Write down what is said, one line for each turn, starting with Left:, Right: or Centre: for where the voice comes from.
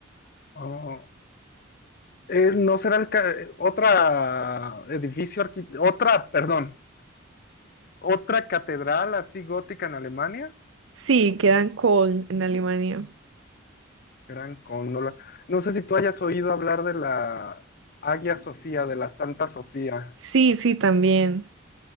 Left: Oh, eh, ¿no será el ca- eh, otra edificio, arqui- otra, perdón, otra catedral así gótica en Alemania?
Right: Sí, queda en Köln, en Alemania.
Left: Gran Cóndola. No sé si tú hayas oído hablar de la Hagia Sofía, de la Santa Sofía.
Right: Sí, sí, también.